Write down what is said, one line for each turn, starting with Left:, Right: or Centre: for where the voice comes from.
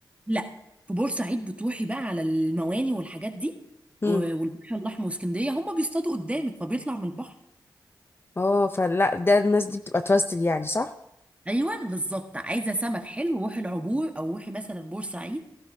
Right: لا في بورسعيد بتروحي بقى على المواني والحاجات دي
Left: امم
Right: و- والبحر الاحمر واسكندريه هم بيصطادوا قدامك فبيطلع من البحر
Left: اه فلا ده الناس دي بتبقى توستد يعني صح
Right: ايوه بالظبط عايزه سمك حلو روحي العبور او روحي مثلا بورسعيد